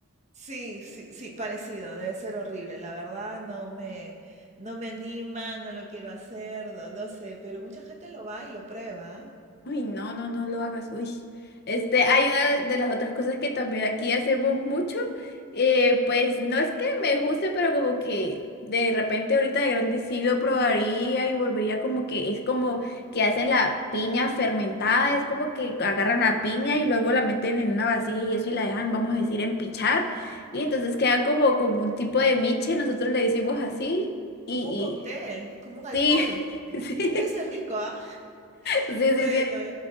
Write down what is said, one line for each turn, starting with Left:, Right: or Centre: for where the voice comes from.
Right: Sí, sí, sí, parecido, debe ser horrible, la verdad no me, no me anima, no lo quiero hacer, no, no sé, pero mucha gente lo va y lo prueba, ¿ah?
Left: Uy, no, no, no lo hagas. Uy. Este, hay una de las otras cosas que también aquí hacemos mucho. eh, pues no es que me guste, pero como que de repente ahorita de grande sí lo probaría y volvería como que es como que hacen la piña fermentada, es como que agarran la piña y luego la meten en una vasija y eso y la dejan, vamos a decir, empichar. Y entonces queda como, como un tipo de miche, nosotros le decimos así y,
Right: como un cóctel, como un alcohol,
Left: y sí, <laughs> sí.
Right: debe ser rico, ¿ah? <laughs>
Left: Sí, sí,
Right: Bueno,
Left: sí.